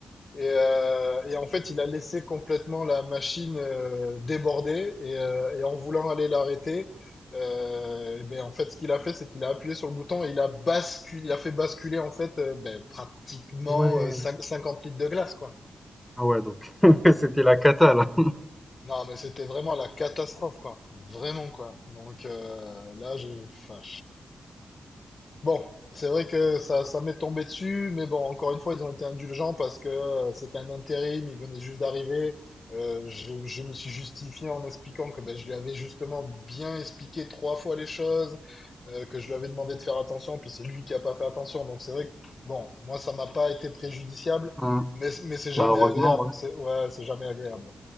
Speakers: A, on the left; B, in the centre.
A: Et, euh, et en fait, il a laissé complètement la machine euh, déborder. Et, euh, et en voulant aller l'arrêter, euh, eh ben, en fait, ce qu'il a fait, c'est qu'il a appuyé sur le bouton et il a basculé, il a fait basculer en fait euh, ben, pratiquement
B: Ouais.
A: euh, cinq- 50 litres de glace, quoi.
B: Ah ouais, donc <laughs> c'était la cata, là.
A: Non, mais c'était vraiment la catastrophe, quoi. Vraiment, quoi. Donc euh, là, je, enfin, Bon, c'est vrai que ça, ça m'est tombé dessus, mais bon, encore une fois, ils ont été indulgents parce que euh, c'était un intérim, il venait juste d'arriver. Euh, je, je me suis justifié en expliquant que ben, je lui avais justement bien expliqué trois fois les choses, euh, que je lui avais demandé de faire attention, puis c'est lui qui a pas fait attention. Donc c'est vrai que, bon, moi, ça m'a pas été préjudiciable,
B: Mmh.
A: mais, mais c'est jamais
B: Bah, heureusement,
A: agréable.
B: ouais.
A: C'est, ouais, c'est jamais agréable.